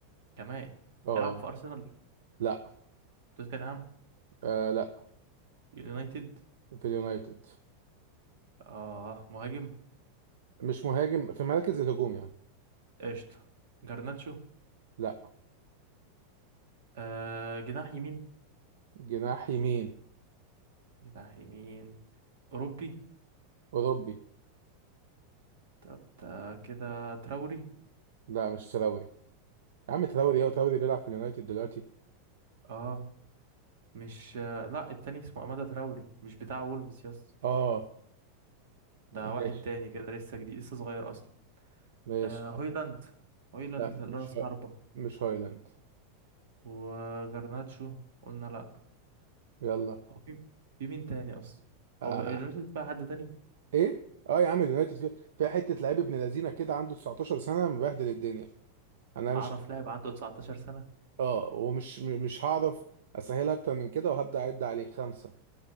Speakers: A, on the right; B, on the right.
A: كمان
B: اه
A: بيلعب في ارسنال
B: لا
A: توتنهام
B: آه لا
A: يونايتد
B: في اليونايتد
A: اه مهاجم
B: مش مهاجم في مراكز الهجوم يعني
A: قشطة جرناتشو
B: لا
A: آه جناح يمين
B: جناح يمين
A: جناح يمين اوروبي
B: اوروبي
A: طب ده كده تراوري
B: لا مش تراوري يا عم تراوري ايه وتراوري بيلعب في اليونايتد دلوقتي
A: اه مش لا التاني اسمه أمادة تراوري مش بتاع وولفز يس
B: اه
A: ده واحد
B: ماشي
A: تاني كده لسه جديد لسه صغير أصلا
B: ماشي
A: آه هويلاند هويلاند
B: لا مش
A: رأس
B: ه...
A: حربة
B: مش هايلاند
A: وجرناتشو قلنا لا
B: يلا
A: هو في في مين تاني أصلا
B: آه،
A: هو اليونايتد بقى حد تاني
B: ايه اه يا عم اليونايتد فيها فيها حته لعيب ابن لذينه كده عنده 19 سنه مبهدل الدنيا انا
A: هعرف
B: مش
A: لاعب عنده 19 سنة
B: اه ومش م- مش هعرف اسهلها اكتر من كده وهبدا اعد عليه خمسه